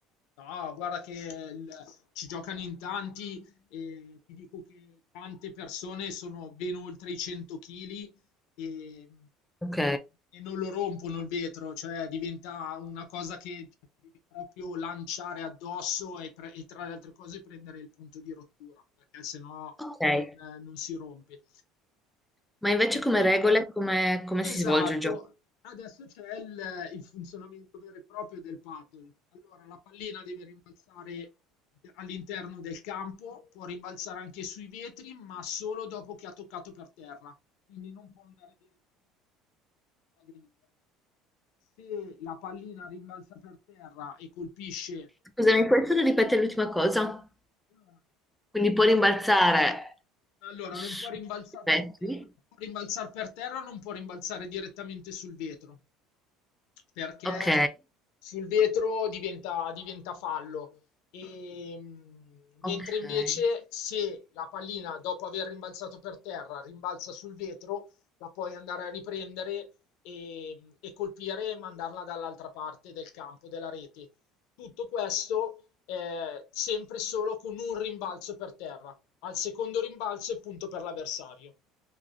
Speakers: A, on the left (about 70°); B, in the centre.
A: No, guarda che il- ci giocano in tanti e ti dico che tante persone sono ben oltre i 100 kg e,
B: Ok.
A: e non lo rompono il vetro, cioè diventa una cosa che ti devi proprio lanciare addosso e, pre- e tra le altre cose prendere il punto di rottura, perché sennò
B: Ok.
A: non, eh, non si rompe.
B: Ma invece
A: E-
B: come regole, come, come
A: Esatto,
B: si svolge il gioco?
A: adesso c'è il, il funzionamento vero e proprio del paddle. Allora, la pallina deve rimbalzare all'interno del campo, può rimbalzare anche sui vetri, ma solo dopo che ha toccato per terra, quindi non può andare direttamente sulla griglia. Se la pallina rimbalza per terra e colpisce,
B: Scusa, mi puoi solo ripetere l'ultima cosa?
A: allora
B: Quindi può rimbalzare
A: allora,
B: sui
A: non può rimbalzare
B: vetri.
A: per terra, può rimbalzare per terra, non può rimbalzare direttamente sul vetro. perché
B: Ok,
A: sul vetro diventa, diventa fallo. E, mh, mentre
B: ok.
A: invece se la pallina, dopo aver rimbalzato per terra, rimbalza sul vetro, la puoi andare a riprendere e, e colpire e mandarla dall'altra parte del campo, della rete. Tutto questo eh, sempre solo con un rimbalzo per terra. Al secondo rimbalzo è punto per l'avversario.